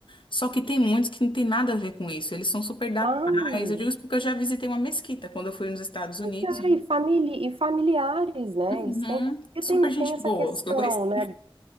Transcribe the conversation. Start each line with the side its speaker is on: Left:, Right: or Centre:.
Left: Só que tem muitos que não tem nada a ver com isso. Eles são super da
Right: claro.
Left: paz. Eu digo isso porque eu já visitei uma mesquita quando eu fui nos Estados Unidos.
Right: Pois é, e, famili e familiares, né?
Left: Uhum.
Right: Eles têm. Porque
Left: Super
Right: tem,
Left: gente
Right: tem essa
Left: boa,
Right: questão,
Left: os que eu conheci.
Right: né?